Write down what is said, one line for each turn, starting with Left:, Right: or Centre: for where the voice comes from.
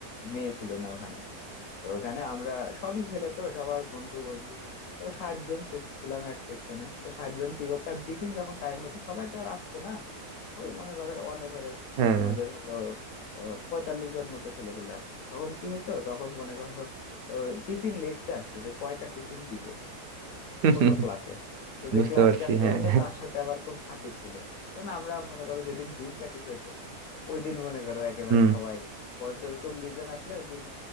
Left: মেয়ে ছিল না ওখানে তো ওখানে আমরা সবই ছেলে তো সবার বন্ধু বন্ধু তো ষাট জন সে- ছিলাম এক সেকশনে তো ষাট জন কি করতাম টিফিন যখন টাইম হইতো সবাই তো আর আসতো না ওই মনে করে অন এভারেজ
Right: হ্যাঁ
Left: আমাদের হলো আহ, পঁয়তাল্লিশ জন মতো ছেলে পেলে আসতো তখন কি হইতো তখন মনে করো টিফিন লিখতে আসতো যে কয়টা টিফিন দিব
Right: <laughs>
Left: প্রথম ক্লাসে তো যে
Right: বুঝতে
Left: ক্লাস
Right: পারছি
Left: ক্যাপ্টেন
Right: হ্যাঁ
Left: আছে তার সাথে আবার খুব খাতির ছিল তো না আমরা মনে করো যেদিন ডিম প্যাটিস হইতো ওই দিন মনে করো একেবারে
Right: হুম
Left: সবাই পঞ্চাশ চল্লিশ জন আসলে ওই দিন